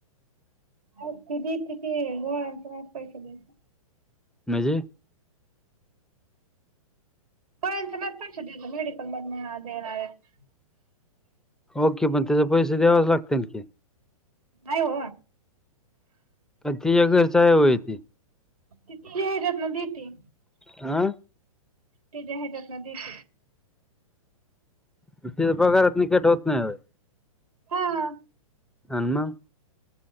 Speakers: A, on the right (about 80°); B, in the centre.
A: नाही ती देती ती गोळ्यांचे माझं पैसे द्यायचं
B: म्हजे
A: <unintelligible>
B: हो कि पण त्याचे पैसे द्यावचं लागतेन की
A: नाइ ओ
B: का तिच्या घरचं हाय वय ती?
A: ति तिच्या हेच्यातनं दिती
B: आ
A: तिज्या हेज्यातन दिती
B: म तिच्या पगारातन कट होत नाही व्हय
A: हा
B: अन् मग